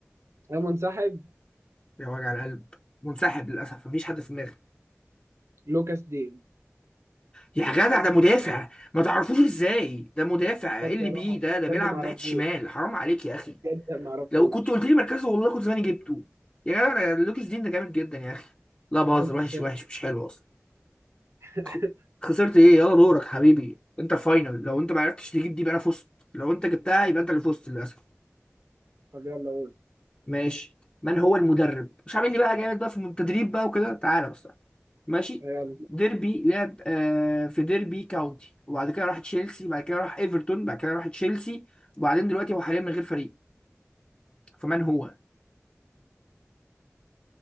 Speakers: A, on the right (about 70°); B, on the left (about 20°).
A: يا منسحب
B: يا وجع القلب منسحب للاسف مفيش حد في دماغي
A: لوكاس دين
B: يا جدع ده مدافع ما تعرفوش ازاي ده مدافع
A: بجد
B: ايه اللي
A: والله
B: بيه
A: ما-
B: ده ده
A: بجد
B: بيلعب
A: ما اعرفوش
B: ناحيه الشمال حرام عليك يا اخي
A: بجد ما اعرفوش
B: لو كنت قلت لي مركزه والله كنت زماني جبته يا جدع ده لوكيس دين ده جامد جدا يا اخي لا بهزر
A: اصلا انت
B: وحش
A: خسرت
B: وحش مش حلو اصلا
A: <laughs>
B: خ- خسرت ايه يلا دورك حبيبي انت فاينل
A: مم.
B: لو انت ما عرفتش تجيب دي يبقى انا فزت لو انت جبتها يبقى انت اللي فزت للاسف
A: طب يلا قول
B: ماشي من هو المدرب مش عامل لي بقى جامد بقى في التدريب بقى وكده تعالى بس تعالى. ماشي
A: يلا
B: ديربي لعب آه في ديربي كاونتي وبعد كده راح تشيلسي وبعد كده راح ايفرتون بعد كده راح تشيلسي وبعدين دلوقتي هو حاليا من غير فريق فمن هو